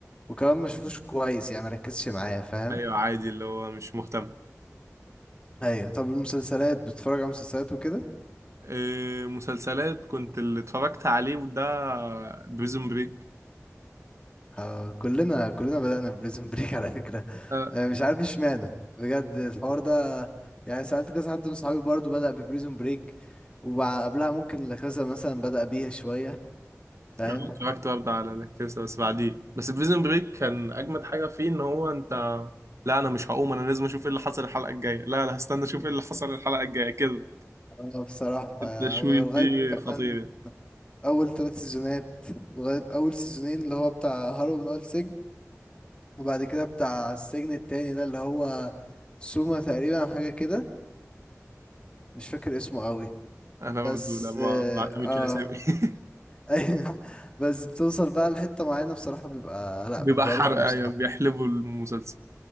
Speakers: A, on the left; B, on the right.
A: وكمان ما اشوفوش كويس يعني ما ركزش معايا فاهم
B: ايوه عادي اللي هو مش مهتم
A: ايوه طب المسلسلات بتتفرج على مسلسلات وكده
B: إيه، مسلسلات كنت اللي اتفرجت عليه وده بريزون بريك
A: ها، كلنا كلنا بدأنا بريزن بريك على فكرة
B: أه
A: آه، مش عارف اشمعنى بجد الحوار ده يعني سألت كذا حد من صحابي برضو بدأ ببريزن بريك وقبلها ممكن لكذا مثلا بدأ بيها شوية فاهم
B: أنا اتفرجت برضه على الكرسي بس بعديه بس بريزون بريك كان أجمد حاجة فيه إن هو أنت لا أنا مش هقوم أنا لازم أشوف إيه اللي حصل الحلقة الجاية لا لا هستنى أشوف إيه اللي حصل الحلقة الجاية كده
A: اه بصراحة يعني
B: التشويق
A: هو لغاية
B: فيه
A: كمان
B: خطير
A: أول ثلاث سيزونات لغاية أول سيزونين اللي هو بتاع هارو من أول سجن، وبعد كده بتاع السجن التاني ده اللي هو سوما تقريبا أو حاجة كده مش فاكر اسمه قوي
B: أنا
A: بس
B: برضه لما
A: اه,
B: ما اعتمدش
A: آه
B: أسامي <laughs>
A: <laughs> أيوة. بس بتوصل بقى لحتة معينة بصراحة بيبقى لا
B: بيبقى
A: بيبقى
B: حرق
A: رخم
B: أيوة
A: بصراحة
B: بيحلبوا المسلسل